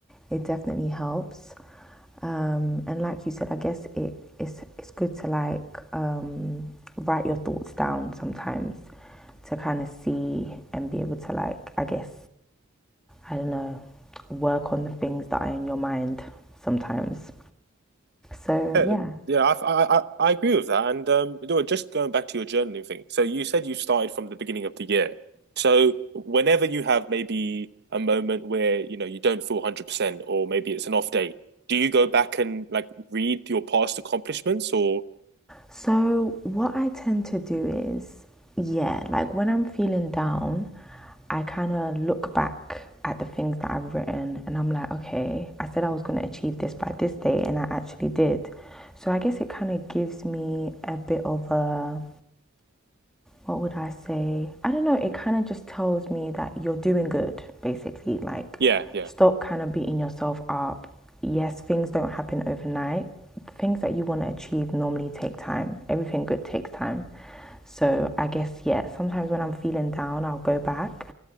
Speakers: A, in the centre; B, on the right.
A: it definitely helps. Um, and like you said, I guess it it's it's good to like um, write your thoughts down sometimes to kind of see and be able to like I guess I don't know, work on the things that are in your mind sometimes. So,
B: Yeah,
A: yeah.
B: yeah, I, I, I agree with that. And um, just going back to your journaling thing. So you said you started from the beginning of the year. So whenever you have maybe a moment where, you know, you don't feel 100% or maybe it's an off day, do you go back and like read your past accomplishments or
A: So, what I tend to do is, yeah, like when I'm feeling down, I kind of look back at the things that I've written and I'm like, okay, I said I was going to achieve this by this day and I actually did. So, I guess it kind of gives me a bit of a what would I say? I don't know. It kind of just tells me that you're doing good, basically. Like,
B: Yeah, yeah.
A: stop kind of beating yourself up. Yes, things don't happen overnight. Things that you want to achieve normally take time. Everything good takes time. So, I guess, yeah, sometimes when I'm feeling down, I'll go back